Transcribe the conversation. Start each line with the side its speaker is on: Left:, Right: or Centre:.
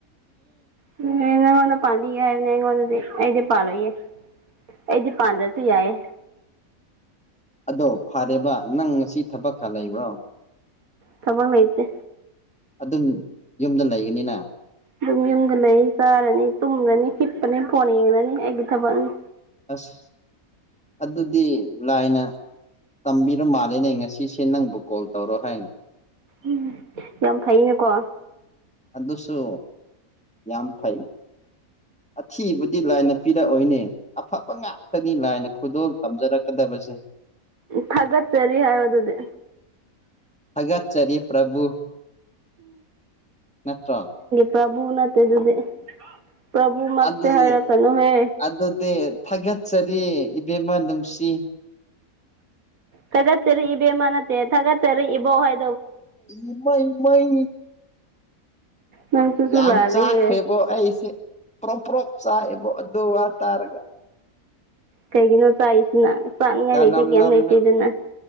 Right: ꯎꯝꯅ ꯋꯥꯅ ꯄꯥꯗ ꯍꯥꯏꯅ ꯋꯥꯅꯗꯤ ꯑꯩꯗꯤ ꯄꯥꯜꯂꯣꯏꯌꯦ ꯑꯩꯗꯤ ꯄꯥꯟꯗ꯭ꯔꯁꯨ ꯌꯥꯏꯌꯦ
Centre: ꯑꯗꯣ ꯐꯔꯦꯕ ꯅꯪ ꯉꯁꯤ ꯊꯕꯛ ꯈꯔ ꯂꯩꯕ꯭ꯔꯣ
Right: ꯊꯃꯥꯡ ꯂꯩꯇꯦ
Centre: ꯑꯗꯨꯝ ꯌꯨꯝꯗ ꯂꯩꯒꯅꯤꯅ
Right: ꯑꯗꯨꯝ ꯌꯨꯝꯒ ꯂꯩ ꯆꯥꯔꯅꯤ ꯇꯨꯝꯂꯅꯤ ꯀꯤꯞꯄꯅꯤ ꯐꯣꯟ ꯌꯦꯡꯉꯅꯤ ꯑꯩꯒꯤ ꯊꯕꯛꯅꯤ
Centre: ꯑꯁ ꯑꯗꯨꯗꯤ ꯂꯥꯏꯅ ꯇꯝꯕꯤꯔꯣ ꯃꯥꯜꯂꯦꯅꯦ ꯉꯁꯤꯁꯦ ꯅꯪꯕꯨ ꯀꯣꯜ ꯇꯧꯔꯣ ꯍꯥꯏꯅ
Right: ꯎꯝ ꯌꯥꯝ ꯐꯩꯅꯦꯀꯣ
Centre: ꯑꯗꯨꯁꯨ ꯌꯥꯝ ꯐꯩ ꯑꯊꯤꯕꯗꯤ ꯂꯥꯏꯅ ꯄꯤꯔꯛꯑꯣꯏꯅꯦ ꯑꯐꯕ ꯉꯥꯛꯇꯅꯤ ꯂꯥꯏꯅ ꯈꯨꯗꯣꯜ ꯇꯝꯖꯔꯛꯀꯗꯕꯁꯦ
Right: ꯊꯥꯒꯠꯆꯔꯤ ꯍꯥꯏ ꯑꯗꯨꯗꯤ
Centre: ꯐꯒꯠꯆꯔꯤ ꯄ꯭ꯔꯚꯨ ꯅꯠꯇ꯭ꯔꯣ
Right: ꯄꯕꯨꯅꯠꯇ ꯑꯗꯨꯗꯤ ꯄ꯭ꯔꯚꯨꯃꯛꯇꯤ
Centre: ꯑꯗꯨꯗꯤ
Right: ꯍꯥꯏꯔꯛꯀꯅꯨꯍꯦ
Centre: ꯑꯗꯨꯗꯤꯦ ꯊꯒꯠ ꯁꯔꯤ ꯏꯕꯦꯝꯃ ꯅꯨꯡꯁꯤ
Right: ꯊꯒꯠꯆꯔꯤ ꯏꯕꯦꯝ ꯃꯥ ꯅꯠꯇꯦ ꯊꯒꯠꯆꯔꯤ ꯏꯕꯣ ꯍꯥꯏ
Centre: ꯏꯃꯩ ꯃꯩ
Right: ꯅꯪꯁꯤꯁꯨ
Centre: ꯌꯥꯝ
Right: ꯂꯥꯜꯂꯤꯍꯦ
Centre: ꯆꯥꯈ꯭ꯔꯦꯕꯣ ꯑꯩꯁꯦ ꯄꯣꯄ꯭ꯔꯞ ꯆꯥꯏꯕ ꯑꯗꯨ ꯋꯥ ꯇꯔꯒ
Right: ꯀꯩꯒꯤꯅ ꯆꯥꯏꯁꯤꯅꯥ ꯆꯥꯛꯅꯤꯡꯉꯥꯏ
Centre: ꯀꯅꯝ
Right: ꯂꯩꯇꯦ ꯀꯩꯝ
Centre: ꯅꯝꯃꯦ
Right: ꯂꯩꯇꯦꯗꯅ